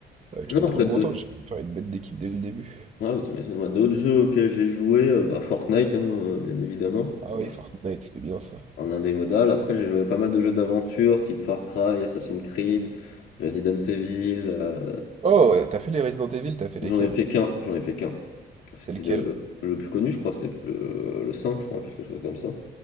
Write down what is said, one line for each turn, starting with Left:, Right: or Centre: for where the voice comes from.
Right: Ouais, j'étais
Left: Non, après
Right: trop content,
Left: d'autres.
Right: j'ai pu me faire une bête d'équipe dès le début.
Left: Ah oui, tu m'étonnes. Moi, d'autres jeux auxquels j'ai joué, euh, bah, Fortnite, hein, euh, bien évidemment.
Right: Ah
Left: Voilà,
Right: oui,
Left: c'est
Right: Fortnite, c'était bien ça.
Left: Un indémodable. Après, j'ai joué à pas mal de jeux d'aventure, type Far Cry, Assassin's Creed, Resident Evil. euh,
Right: Oh, ouais, t'as fait les Resident Evil, t'as fait lesquels?
Left: J'en ai fait qu'un, j'en ai fait qu'un. C'était
Right: C'est lequel?
Left: le, le plus connu, je crois, c'était le, le 5 je crois, quelque chose comme ça.